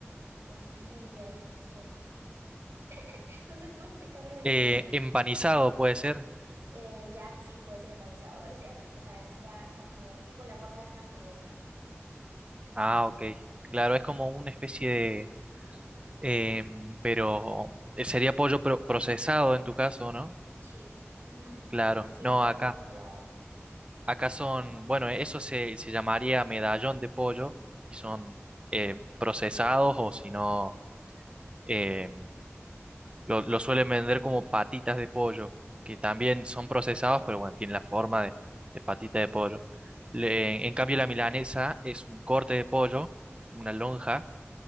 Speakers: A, on the right; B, on the right.
A: pues, ¿cómo se diría esto? No sé, <laughs> no sé cómo explicar la milanesa.
B: Eh, empanizado puede ser.
A: Eh, ya sí puede ser empanizado. Es, her- o sea, es ya como tipo la forma de una hamburguesa, ¿no?
B: Ah, ok. Claro, es como una especie de... eh, pero eh, sería pollo pro- procesado en tu caso, ¿no?
A: Sí. ujú,
B: Claro,
A: Porque si
B: no
A: lo tienen
B: acá.
A: congelado.
B: Acá son, bueno, eso se, se llamaría medallón de pollo y son
A: Mm,
B: eh, procesados o si no, eh, lo, lo suelen vender como patitas de pollo, que también son procesados, pero bueno, tienen la forma de, de patita de pollo. Le- en cambio, la milanesa es un corte de pollo, una lonja,